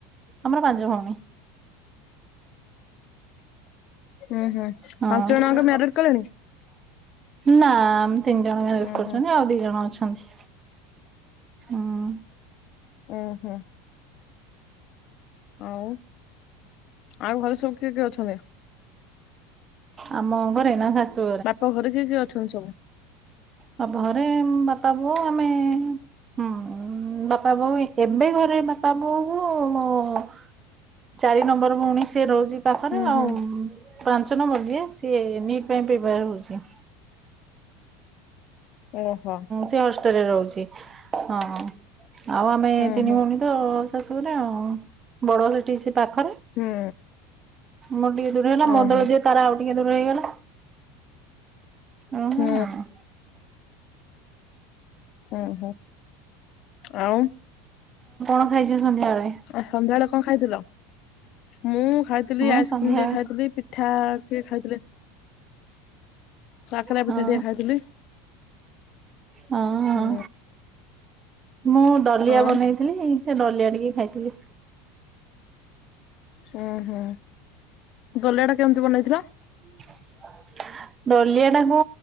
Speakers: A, on the right (about 30°); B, on the left (about 55°).
A: ଆମର ପାଞ୍ଚ ଭଉଣୀ।
B: ଉଁ ହୁଁ।
A: ହଁ
B: ପାଞ୍ଚ ଜଣ ଆଙ୍କ ମ୍ୟାରେଡ୍ କଲେଣି?
A: ନା ଆମ ତିନି ଜଣ ମ୍ୟାରେଜ୍
B: ଉଁ
A: କରଛନ୍ତି
B: ହୁଁ
A: ଆଉ ଦି ଜଣ ଅଛନ୍ତି। ହୁଁ।
B: ଉଁ ହୁଁ। ଆଉ ଆଉ ଘରେ ସବୁ କିଏ କିଏ ଅଛନ୍ତି?
A: ଆମ ଘରେ ନା ଶାଶୁ
B: ବାପ ଘରେ କିଏ କିଏ ଅଛନ୍ତି ସବୁ?
A: ବାପ ଘରେ ବାପା ବୋଉ ଆମେ ହୁଁ। ବାପା ବୋଉ ଏବେ ଘରେ ବାପା ବୋଉ ମୁଁ। ଚାରି ନମ୍ବର ଭଉଣି ସିଏ ରହୁଚି। ତାପରେ
B: ହୁଁ
A: ଆଉ
B: ହୁଁ
A: ପାଞ୍ଚ ନମ୍ବର ଯିଏ ସିଏ ନିଟ୍ ପାଇଁ ପ୍ରିପେୟାର୍ ହଉଚି।
B: ଓହୋ।
A: ସିଏ ହଷ୍ଟେଲରେ ରହୁଛି ହଁ ଆଉ ଆମେ
B: ହୁଁ
A: ତିନି
B: ହୁଁ
A: ଭଉଣୀ ତ ଶାଶୁଘରେ ଆଉ। ବଡ ସେଠି ସେ ତାଖରେ
B: ହୁଁ
A: ମୋର ଟିକେ ଦୂର ହେଲା
B: ଓହୋ
A: ମୋ ତଳ ଯିଏ ତାର ଆଉ ଟିକେ ଦୂର ହେଇଗଲା। ଓହୋ
B: ହୁଁ।
A: ଆଉ
B: ଉଁ ହୁଁ ଆଉ।
A: କଁ ଖାଇଚୁ ସନ୍ଧ୍ୟାବେଳେ?
B: ଏଃ ସନ୍ଧ୍ୟାବେଳେ କଣ ଖାଇଥିଲ? ମୁଁ ଖାଇଥିଲି
A: ମୁଁ
B: ଆଇସ୍କ୍ରିମ
A: ସନ୍ଧ୍ୟାବେଳେ
B: ଟିକେ ଖାଇଥିଲି ପିଠା ଟିକେ ଖାଇଥିଲି। କାକରା
A: ହଁ
B: ପିଠା ଟିକେ ଖାଇଥିଲି।
A: ହଁ। ହଁ।
B: ହୁଁ।
A: ମୁଁ ଡଲିଆ
B: ଆଉ
A: ବନେଇଥିଲି ସେ ଡଲିଆ ଟିକେ ଖାଇଥିଲି।
B: ଉଁ ହୁଁ ଦଲିଆ ଟା କେମିତି ବନେଇଥିଲ?
A: <unintelligible> ଡଲିଆ ଟା କୁ